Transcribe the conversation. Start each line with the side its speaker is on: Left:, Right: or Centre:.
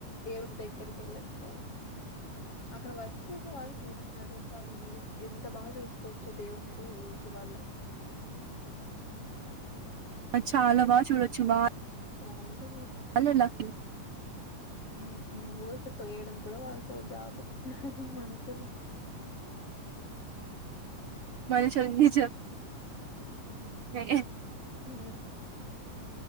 Left: దేవుడు దగ్గరికి వెళ్ళచ్చు కదా అక్కడ వర్క్ చేసే వాళ్ళకి అసలు చాలా గ్రేట్ ఎంత బా చూసుకోవచ్చు దేవుని రో జు వాళ్ళు
Right: అ చాలా బా చూడొచ్చు బా
Left: వాళ్ళకే
Right: వాళ్ళు లక్కీ
Left: ఉ ఊరికే తొయ్యడం కూడా వాళ్ళకు జాబ్ మనుషుల్
Right: మనుషుల్ నిజ మే ఏ
Left: ఊ